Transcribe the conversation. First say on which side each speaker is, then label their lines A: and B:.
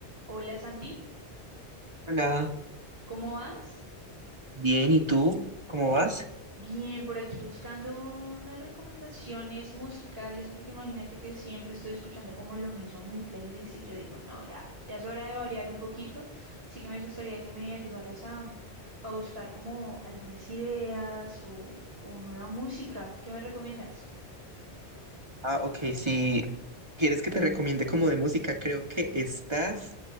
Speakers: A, on the right; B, on the right.
A: Hola Santi,
B: Hola,
A: ¿cómo vas?
B: bien, ¿y tú? ¿Cómo vas?
A: Bien, por aquí buscando unas recomendaciones musicales porque imagínate que siempre estoy escuchando como lo mismo en mi playlist y yo digo, no, ya, ya es hora de variar un poquito, así que me gustaría que me ayudaras a, a buscar como algunas ideas o, o nueva música. ¿Qué me recomiendas?
B: Ah, ok, si quieres que te recomiende como de música, creo que estás